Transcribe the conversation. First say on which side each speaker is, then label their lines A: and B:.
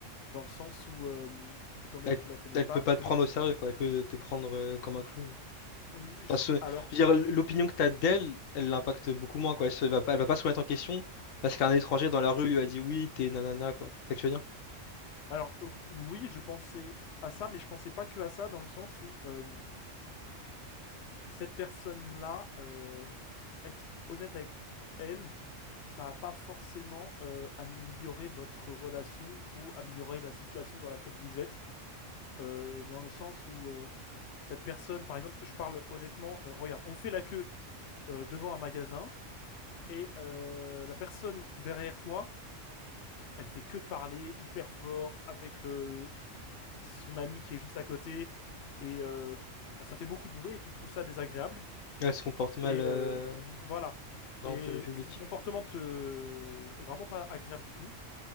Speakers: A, on the left; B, on the left.
A: dans le sens où euh, étant donné
B: Elle,
A: que tu la connais
B: elle
A: pas,
B: peut pas
A: ton
B: te prendre
A: op-
B: au sérieux, quoi. Elle peut te prendre euh, comme un clown.
A: Euh, je-
B: Parce que,
A: alors
B: je veux dire, l'opinion que tu as d'elle, elle l'impacte beaucoup moins, quoi. Elle se- va pas, elle va pas se remettre en question parce qu'un étranger dans la rue lui a dit oui, t'es nanana, quoi. C'est ça que tu veux dire?
A: alors euh, oui, je pensais à ça, mais je pensais pas que à ça dans le sens où euh, cette personne-là euh, être honnête avec elle, ça n'a pas forcément euh, amélioré votre relation ou amélioré la situation dans laquelle vous êtes, euh, dans le sens où euh, cette personne, par exemple, je parle honnêtement, euh, regarde, on fait la queue euh, devant un magasin et euh, la personne derrière toi, elle fait que de parler hyper fort avec euh, son ami qui est juste à côté et euh, bah, ça fait beaucoup de bruit et tu trouves ça désagréable.
B: Elle se comporte mal
A: Et
B: euh,
A: euh, voilà.
B: dans
A: Et
B: le public.
A: son comportement te... est vraiment pas agréable du tout.